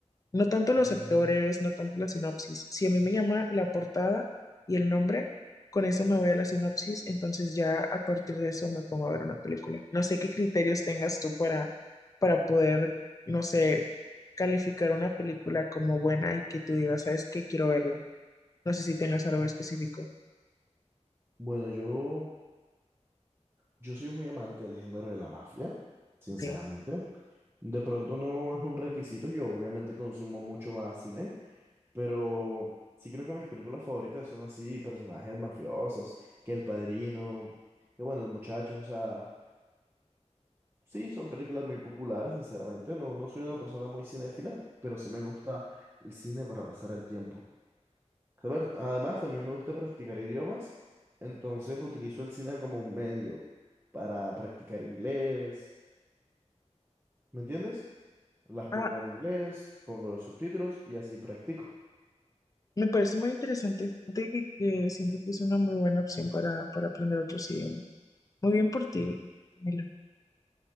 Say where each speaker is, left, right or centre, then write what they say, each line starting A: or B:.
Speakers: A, on the left; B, on the right.
A: No tanto los
B: Mm.
A: actores, no tanto la sinopsis. Si a mí me llama la portada y el nombre, con eso me voy a la sinopsis, entonces ya a partir de eso me pongo a ver una película. No sé qué criterios tengas tú para, para poder, no sé, calificar una película como buena y que tú digas, ¿sabes qué? Quiero verla. No sé si tengas algo específico.
B: Bueno, yo, yo soy muy amante del género de la mafia, sinceramente.
A: Ok.
B: De pronto no es un requisito, yo obviamente consumo mucho más cine. Pero sí creo que mis películas favoritas son así, personajes mafiosos, que El Padrino, que bueno, El Muchacho, o sea, sí, son películas muy populares, sinceramente. No, no soy una persona muy cinéfila, pero sí me gusta el cine para pasar el tiempo. A ver, además, también me gusta practicar idiomas, entonces utilizo el cine como un medio para practicar inglés, ¿me entiendes? Las pongo
A: Ah,
B: en inglés, pongo los subtítulos y así practico.
A: me parece muy interesante. Fíjate que, que siento que es una muy buena opción para, para aprender otros idiomas. Muy bien por ti, Camilo.